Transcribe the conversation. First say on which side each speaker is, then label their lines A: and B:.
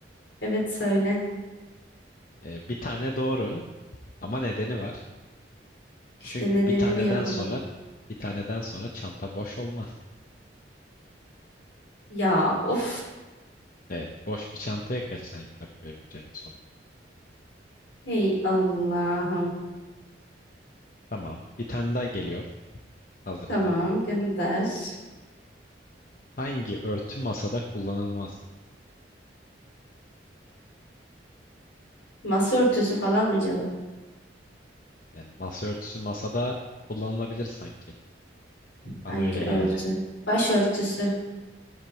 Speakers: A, on the left; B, on the left.
A: Evet söyle.
B: Ee, bir tane doğru ama nedeni var.
A: İşte
B: Çünkü
A: nedenini
B: bir taneden
A: yapamadım.
B: sonra bir taneden sonra çanta boş olmaz.
A: Ya of.
B: Evet, boş bir çantaya kaç tane kitap koyabileceğini sor.
A: Hey Allah'ım.
B: Tamam, bir tane daha geliyor hazırsan.
A: Tamam gönder.
B: Hangi örtü masada kullanılmaz?
A: Masa örtüsü falan mı cevap?
B: Yani masa örtüsü masada kullanılabilir sanki. Bana
A: Hangi
B: öyle geldi.
A: örtü? Başörtüsü.